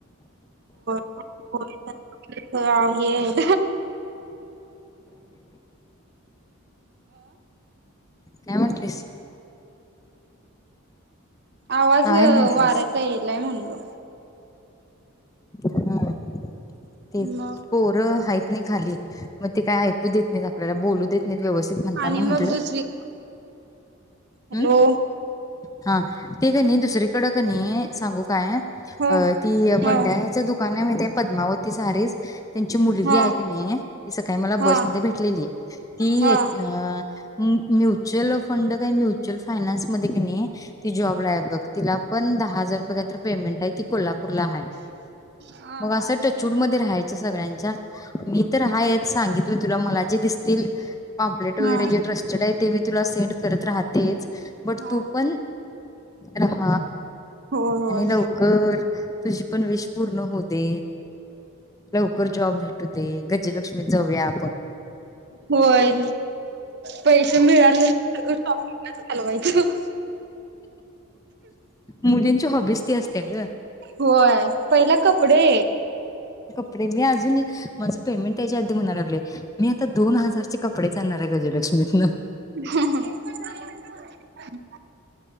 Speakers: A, on the right; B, on the left.
A: <unintelligible> आहेत.
B: काय म्हंटलीस?
A: आवाज
B: काय म्हंटलीस
A: वाऱ्यायचा येलाय म्हणलो.
B: हम्म ते
A: मग
B: पोर हायत नई खाली मग ते काय ऐकू देत नईत आपल्याला, बोलू देत नईत व्यवस्थित म्हणताना
A: आणि
B: म्हंटल
A: मग दुसरी हॅलो
B: हम्म् हा ते कणी दुसरीकड कणी सांगू काय
A: ह
B: अ ती
A: ह
B: बंडाऱ्याच दुकानाय म्हायताय? पद्मावत् ती सारीच त्यांची मुलगी
A: ह
B: हाय कणी, ती सकाळी मला
A: ह ह
B: बसमध्ये भेटलेली, ती
A: ह
B: ये अ ऊ म्युच्युअल फंड काय म्यू म्यच्युअल फयनान्समध्ये का नाही ती जॉबला आय बघ तिला पण दहा हजार रुपये कातर पेमेंट आहे ती कोल्हापूरला हाय
A: हा
B: मग अस
A: हा
B: टचवूड मध्ये राहायच. च सगळ्यांच्या मी तर हायच सांगितले तुला, मला जे दिसतील पॅम्प्लेट वगैरे
A: हा
B: जे ट्रस्टेड आय ते मी तुला सेंड करत राहात तेच बट
A: हा
B: तू पण राहा
A: होय
B: आणि लवकर तुझी पण विश पूर्ण होउ दे, लवकर जॉब भे तू दे गजलक्ष्मीत जाऊ या
A: होय पैसे मिळालेल सगळं शॉपिंगलाच घालवायचं
B: मुलींची हॉबीज ती असते ग
A: होय पहिला कपडे
B: <unintelligible> मी अजूनही माझं पेमेंट तेज्या ‌आदी म्हणाय लागलोय मी आता दोन हजारचे कपडेचं आणणार ते गजलक्ष्मीतंन
A: <inaudible>